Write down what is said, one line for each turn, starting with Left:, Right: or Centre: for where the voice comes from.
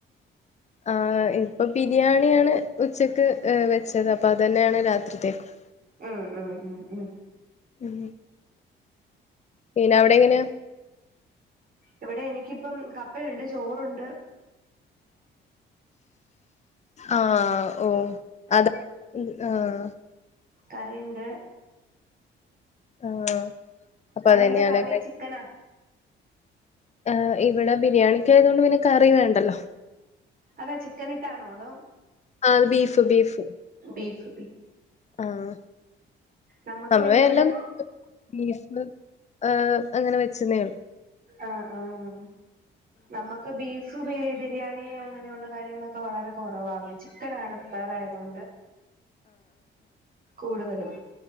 Left: ആ ഇപ്പൊ ബിരിയാണിയാണ് ഉച്ചക്ക് വെച്ചത് അപ്പൊ അതന്നെയാണ് രാത്രിത്തേക്കും
Right: ഉം ഉം ഉം ഉം
Left: ഉം പിന്നെ അവിടെ എങ്ങനെയാ
Right: ഇവിടെ എനിക്കിപ്പം കപ്പയുണ്ട് ചോറുണ്ട്
Left: ആഹ ഓ അത <inaudible> ആഹ്
Right: കറിണ്ട്
Left: ആഹ് അപ്പൊ
Right: അവിടെ
Left: അതന്നെയാണ്
Right: എന്താ കറി ചിക്കനാ
Left: ആ ഇവിടെ ബിരിയാണിക്ക ആയതൊണ്ട് പിന്നെ കറി വേണ്ടല്ലോ
Right: അതാ ചിക്കൻ ഇട്ടാണോ അതോ
Left: ആഹ ബീഫ് ബീഫ്
Right: ബീഫ് ബീഫ്
Left: ആഹ
Right: നമ്മക്ക്
Left: നമ്മ
Right: പിന്നെ ഇവിടെ
Left: എല്ലാം <unintelligible> സ് ബീഫ് ആ അങ്ങനെ വെച്ചുന്നേള്ളു
Right: ആഹ ആഹ നമുക്ക് ബീഫ് ബി ബിരിയാണി അങ്ങനെയുള്ള കാര്യങ്ങളൊക്കെ വളരെ കുറവാണ് ചിക്കന ആണ് റായതുകൊണ്ട് കൂടുതലും